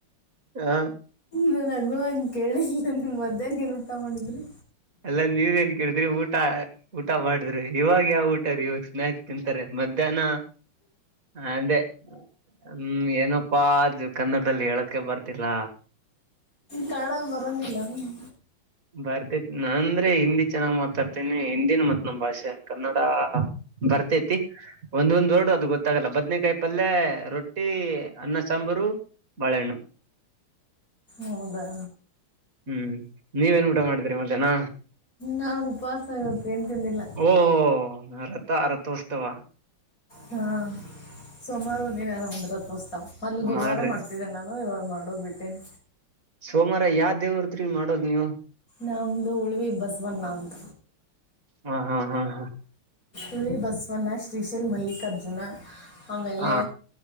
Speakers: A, on the right (about 40°); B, on the left (about 40°).
A: ಹ.
B: ನನ್ನ ಅಗುವಗೆ ಕೇಳಲಿಲ್ಲ ನೀವು ಮಧ್ಯಾಹ್ನ ಏನು ಊಟ ಮಾಡಿದ್ರಿ.
A: ಅಲ್ಲ ನೀವ್ ಎನ್ ಕಡ್ರಿ ಊಟ ಊಟ ಮಾಡಿದ್ರಿ ಇವಾಗ್ ಯಾವ್ ಊಟ ರೀ ಇವಾಗ್ ಸ್ನಾಯಕ್ಸ್ ತಿಂತಾರೆ ಮಧ್ಯಾಹ್ನ ಅದೆ ಹ್ಮ್ ಏನಪ್ಪಾ ಅ ಕನ್ನಡ್ದಲ್ಲಿ ಹೇಳಕೆ ಬರ್ತಿಲ್ಲ.
B: ಕನ್ನಡ ಬರೊಂಗಿಲ್ಲ ನಿಮ್
A: ಬರ್ತೇತಿ ನಾಂದ್ರೆ ಹಿಂದಿ ಚೆನ್ನಾಗ್ ಮಾತಾಡ್ತೇನಿ ಹಿಂದಿನ ಮತ್ ನಮ್ಮ್ ಭಾಷೆ ಕನ್ನಡ ಬರ್ತತಿ ಒಂದೊಂದ್ ವರ್ಡು ಅದು ಗೊತ್ತಾಗಲ್ಲ ಬದ್ನೇಕಾಯಿ ಪಲ್ಯ ರೊಟ್ಟಿ ಅನ್ನ ಸಾಂಬಾರು ಬಾಳೆಹಣ್ಣು.
B: ಹೌದಾ
A: ಹ್ಮ್ ನೀವೇನ್ ಊಟ ಮಾಡಿದ್ರಿ ಮಧ್ಯಾಹ್ನ.
B: ನಾನು ಉಪವಾಸ ಇವತ್ತು ಏನು ತಿಂದಿಲ್ಲ
A: ಓಹೋ ರಥ ರಥೋಸ್ಥಾವ.
B: ಹಾ ಸೋಮ್ವಾರ ದಿನ ನಮ್ದ್ ರಥೋಸ್ತಾವ ಮೊದ್ಲು ಗುರ್ವಾರ
A: ಮಾಡ್ರಿ
B: ಮಾಡ್ತಿದ್ದೇನೆ ನಾನು ಇವಾಗ್ ಮಾಡೋಬಿಟ್ಟೆನ್
A: ಸೋಮ್ವಾರ ಯಾವ್ ದೇವ್ದ್ರಿ ಮಾಡೋದ್ ನೀವು.
B: ನಮ್ದು ಉಳಿವಿ ಬಸವನ ಅಂತ.
A: ಹಾ ಹಾ ಹಾ ಹಾ
B: ಉಳ್ವಿ ಬಸವಣ್ಣ ಶ್ರೀಶೈಲ್ ಮಲ್ಲಿಕಾರ್ಜುನ. ಆಮೇಲೆ
A: ಹಾ